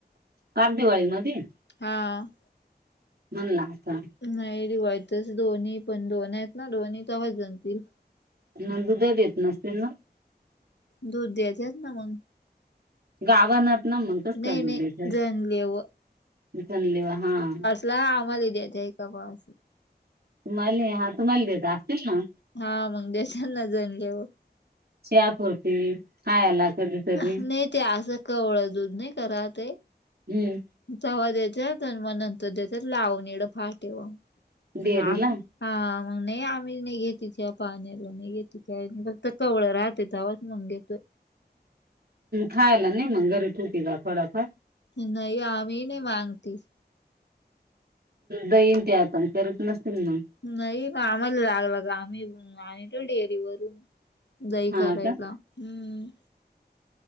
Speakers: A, on the right (about 65°); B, on the left (about 85°).
A: <unintelligible> दिवाळी मधी.
B: हां.
A: म्हणला आता.
B: नाही दिवाळीतच दोन्ही पण दोन आहेत ना दोन्ही त वजन दिल.
A: नंदू ताई देत नसतील.
B: दूध दचेत ना मग.
A: <inaudible>
B: नाही नाही जणले व ला आम्हाला देत्यात का <unintelligible>
A: तुम्हाले हा तुम्हाले देत असतील ना.
B: हा मग द्याच्याना जणल्यावर
A: चहापूर्ती खायला. कधीतरी
B: नाही ते असं कवळं दूध नाही का राते
A: हम्म.
B: चव्हा देत्यात आणि मग नंतर त्याच्यात लावून एवढं फाटेव, आम्ही
A: डेअरीला
B: हा मग नाही आम्ही नाही घेत, पाहण्याला नाही घेत काय नाही, फक्त कवळं राहते तवा मंगे देतोय.
A: खायला नाही मंग घरी ठिवती होती का थोडाफार.?
B: नाही आम्ही नाही मांगती
A: दईन ते आता करीत नसतील मग.
B: नाही, प आम्हाला लागला तर आम्ही आणीतो डेअरी वरून. दही
A: हा
B: करायला,
A: का
B: हम्म.